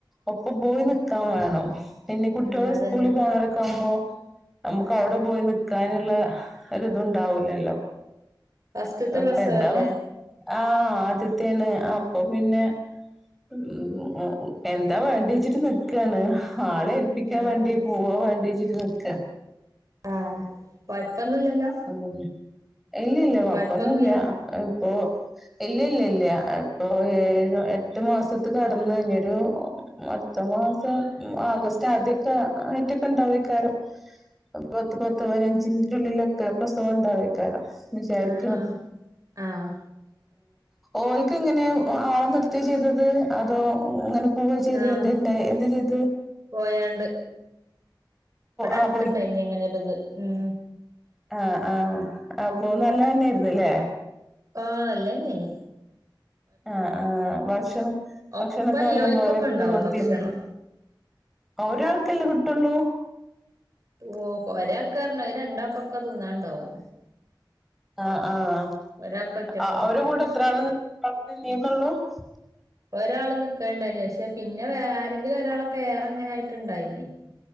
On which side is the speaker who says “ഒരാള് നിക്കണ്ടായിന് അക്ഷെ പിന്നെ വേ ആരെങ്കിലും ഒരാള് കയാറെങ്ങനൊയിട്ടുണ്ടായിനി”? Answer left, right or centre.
Right